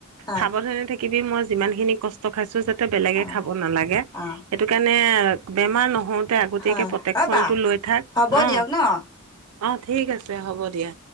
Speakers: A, on the left (about 20°); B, on the right (about 75°).
A: হয়
B: সাৱধানে থাকিবি মই যিমান খিনি কষ্ট খাইছো বেলেগে
A: হয়
B: খাব নালাগে
A: অ
B: সেইটো কাৰণে বেমাৰ নহওঁ। আগতীয়াকৈ
A: হয়
B: প্ৰটেকশ্যনটো
A: অ বা
B: লৈ থাক
A: হ'ব
B: অ
A: দিয়ক ন
B: অ ঠিক আছে হ'ব দিয়া।